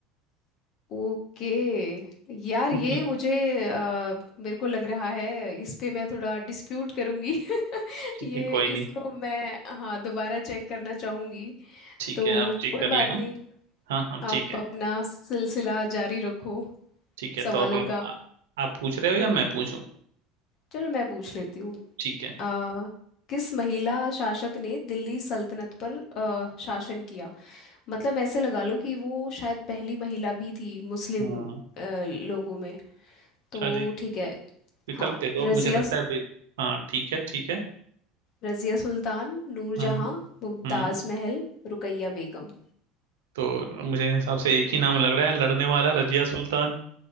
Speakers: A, on the left; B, on the right.
A: ओके यार
B: <laughs>
A: ये मुझे अ, मेरे को लग रहा है इस पे मैं थोड़ा डिस्प्यूट करूंगी <laughs>
B: ठीक
A: ये
B: है कोई नहीं
A: इसको मैं हाँ दोबारा चेक करना चाहूंगी
B: ठीक
A: तो
B: है आप चेक
A: कोई
B: कर
A: बात
B: लेना
A: नहीं
B: हाँ हाँ
A: आप
B: ठीक है
A: अपना सिलसिला जारी रखो
B: ठीक है तो
A: सवालों
B: अब आप
A: का
B: आप पूछ रहे हो या मैं पूछूं
A: चलो मैं पूछ लेती हूँ
B: ठीक है
A: अ, किस महिला शासक ने दिल्ली सल्तनत पर अ, शासन किया मतलब ऐसे लगा लो कि वो शायद पहली महिला भी थी मुस्लिम
B: हाँ
A: अ, लोगों में
B: अच्छा
A: तो
B: जी
A: ठीक है
B: विकल्प
A: हाँ
B: दे दो
A: रजिया
B: अब मुझे लगता है बे- हाँ ठीक है ठीक है
A: रजिया सुल्तान नूरजहां
B: हाँ हाँ
A: मुमताज
B: हाँ,
A: महल रुकैया बेगम
B: तो मुझे हिसाब से एक ही नाम लग रहा है लड़ने वाला रजिया सुल्तान